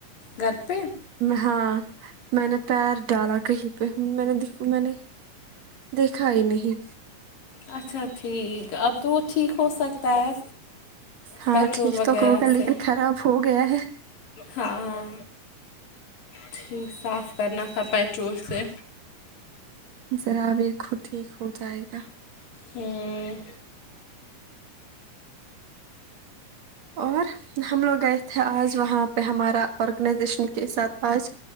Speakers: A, on the left; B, on the right.
A: گھر پہ
B: ہاں میں نے پیر ڈالا کہیں پہ میں نے دیکھا میں نے دیکھا ہی نہیں
A: اچھا ٹھیک اب تو وہ ٹھیک ہو سکتا ہے
B: ہاں
A: پیٹرول
B: ٹھیک
A: وغیرہ
B: تو ہوگا لیکن
A: سے
B: خراب ہو گیا ہے
A: ہاں ٹھیک صاف کرنا تھا پیٹرول سے
B: ذرا بھی خود ٹھیک ہو جائے گا
A: ہوں
B: اور ہم لوگ گئے تھے آج وہاں پہ ہمارا آرگنائزیشن کے ساتھ آج